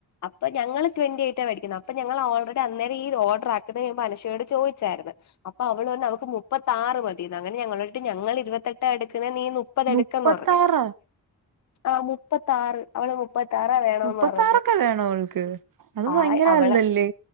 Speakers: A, on the left; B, on the right.
A: അപ്പ ഞങ്ങള് ട്വന്റി എയ്റ്റാ വേടിക്ക്ന്ന് അപ്പ ഞങ്ങളാ ഓൾറെഡി അന്നേരം ഓർഡർ ആക്കുംന്നേന് മുൻപ് അനഷ്യ യോട് ചോയിച്ചാര്ന്ന അപ്പ അവളരഞ്ഞു അവക്ക് മുപ്പത്താറ് മതീന്ന് അങ്ങനെ ഞങളേട്ട് ഞങ്ങള് ഇര് വത്തെട്ടാ എട്ക്ക്ന്നെ നീ മുപ്പത് എട്ക്കന്ന്
B: മുപ്പത്താറാ
A: പറഞ്ഞ് ആ മുപ്പത്താറ് അവള് മുപ്പ ത്താറാ വേണന്ന്
B: മുപ്പത്താറൊക്കെ
A: പറഞ്ഞ്
B: വേണോ അവൾക്ക് അത്
A: ആ
B: ഭയങ്കര
A: അവളെ
B: വലുതല്ലേ